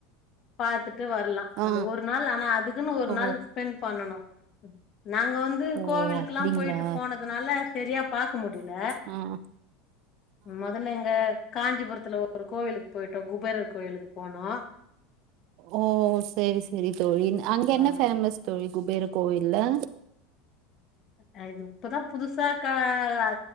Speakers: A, on the left; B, on the right.
A: பாத்துட்டு வரலா
B: ஆ
A: அந்த ஒரு நாள் ஆனா அதுக்குன் ஒரு
B: ஓ
A: நாள் ஸ்பெண் பண்ணணு நாங்க வந்து
B: ஓ
A: கோவிலுக்குல்லா
B: அப்டிங்களா
A: போயிட்டு போனதுனால சரியா பாக்க முடில
B: ம்
A: மொதல்ல எங்க காஞ்சிபுரத்துல ஒரு கோவிலுக்கு போயிட்டோ குபேரர் கோயிலுக்கு போனோ
B: ஓ செரி செரி தோழி அங்க என்ன
A: ஆமா
B: ஃபேமஸ் தோழி குபேர கோவில்ல
A: அ இது இப்பதா புதுசா கா அ